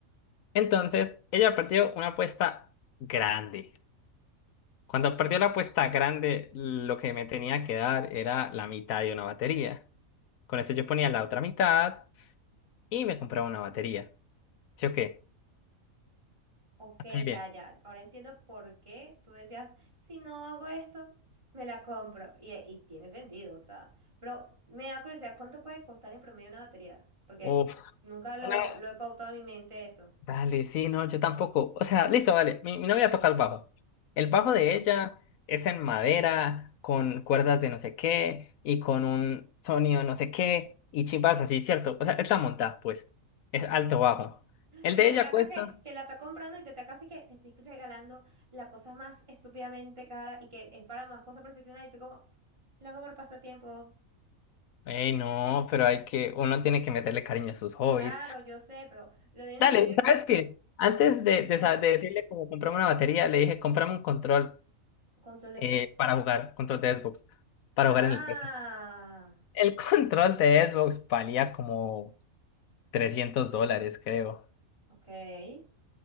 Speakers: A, on the left; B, on the right.
A: Entonces, ella perdió una apuesta grande. Cuando perdió la apuesta grande, lo que me tenía que dar era la mitad de una batería. Con eso yo ponía la otra mitad y me compraba una batería. ¿Sí o qué?
B: ok,
A: Hasta ahí bien.
B: ya, ya. Ahora entiendo por qué tú decías, si no hago esto, me la compro. Y, y tiene sentido, o sea. Pero me da curiosidad, ¿cuánto puede costar en promedio una batería? Porque
A: Uf.
B: nunca lo,
A: Una
B: lo he pautado en mi mente eso.
A: Dale, sí, no, yo tampoco. O sea, listo, vale. Mi, mi novia toca el bajo. El bajo de
B: Ah.
A: ella es en madera, con cuerdas de no sé qué y con un sonido no sé qué y chimbas así, ¿cierto? O sea, es la montada, pues. Es alto bajo. El
B: Mira,
A: de
B: me
A: ella
B: encanta
A: cuesta.
B: que, que la está comprando y te está casi que te estoy regalando la cosa más estúpidamente cara y que es para más cosas profesionales y tú como, lo hago por pasatiempo.
A: Ey, no, pero hay que, uno tiene que meterle cariño a sus hobbies.
B: Claro, yo sé, pero lo digo en
A: Dale,
B: el sentido de que,
A: ¿sabes qué? Antes de, de,
B: ajá,
A: sa- de decirle como comprame una batería, le dije, comprame un control
B: control de
A: eh,
B: qué.
A: para jugar, control de Xbox, para
B: Ah,
A: jugar en el PC. El control de Xbox valía como 300 dólares, creo.
B: ok.